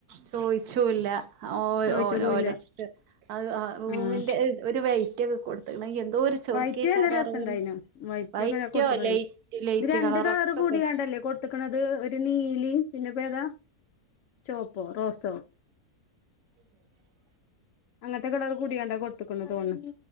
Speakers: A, on the right (about 85°); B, on the left (about 65°).
A: ചോയിച്ചൂല്ല ഓ
B: ചോയിച്ചതുല്ല
A: ഓര ഓ അത് റൂമിന്റെ
B: ആഹ്
A: ഒരു വെറ്റ് ഒക്കെ കൊടുത്തക്കണം എന്തോ ഒരു ചൊറുക്കേക്കാരാ
B: വൈറ്റ് നല്ല രസം
A: റൂം
B: ഇണ്ടായിന വൈറ്റ്
A: വൈറ്റോ
B: ഒക്കെ കൊട്ട
A: ലൈറ്റ് ലൈറ്റ്
B: ഇത് രണ്ട്
A: കളറൊക്കെ
B: കളറ് കൂടിയാണ്ടല്ലേ
A: പറ്റും
B: - ക്കുന്നത് ഒരു നീലി പിന്നെപ്പേതാ ചോപ്പോ റോസോ
A: <inaudible>
B: അങ്ങനത്തെ കളർ കുടിയാണ്ട കൊടുത്തക്കുണുന്ന് തോന്നന്ന്